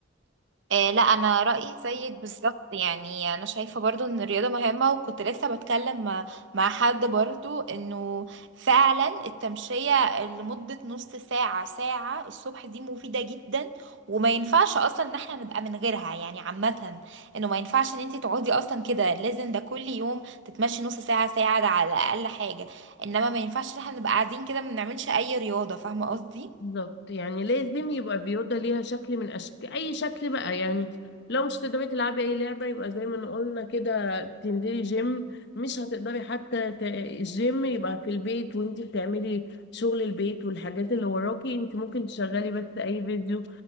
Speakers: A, on the right; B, on the left.
A: آه لا انا رايي زيك بالظبط يعني انا شايفه برضو ان الرياضه مهمه وكنت لسه بتكلم مع, مع حد برضو انه فعلا التمشيه لمده نص ساعه ساعه الصبح دي مفيده جدا وما ينفعش اصلا ان احنا نبقى من غيرها يعني عامه انه ما ينفعش ان انت تقعدي اصلا كده لازم ده كل يوم تتمشي نص ساعه ساعه ده على اقل حاجه انما ما ينفعش ان احنا نبقى قاعدين كده ما بنعملش اي رياضه فاهمه قصدي
B: بالظبط يعني لازم يبقى فيوضة ليها شكل من أشكال أي شكل بقى يعني لو مش تقدري تلعبي أي لعبة يبقى زي ما قلنا كده تنزلي جيم مش هتقدري حتى ت- الجيم يبقى في البيت وانتي بتعملي شغل البيت والحاجات اللي وراكي انتي ممكن تشغلي بس أي فيديو